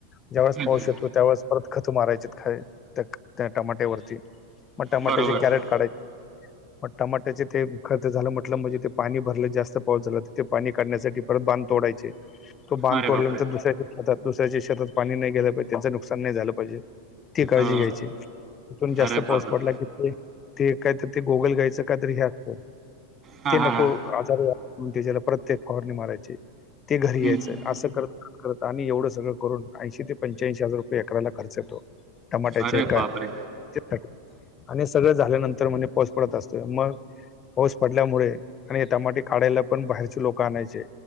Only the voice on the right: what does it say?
हं,
हं.
बरोबर
अरे
बापरे
हो
अरे बापरे
हां
हां हां
हं,
हं.
अरे
बापरे